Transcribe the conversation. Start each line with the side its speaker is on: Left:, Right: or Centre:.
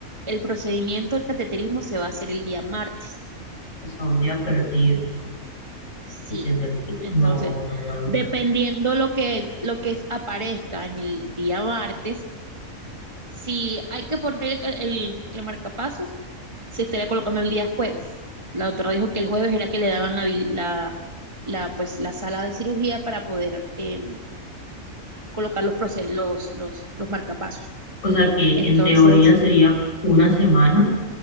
Right: El procedimiento del cateterismo se va a hacer el día martes.
Left: o sea, un día perdido
Right: Sí.
Left: y tener que,
Right: Entonces,
Left: no, no aguanta.
Right: dependiendo lo que, lo que es- aparezca en el día martes, si hay que poner el, ca- el, el marcapasos, se estaría colocando el día jueves. La doctora dijo que el jueves era que le daban la, habil- la, la, pues, la sala de cirugía para poder em, colocar los, proce- los, los, los marcapasos.
Left: O sea, que
Right: Entonces,
Left: en teoría sería una semana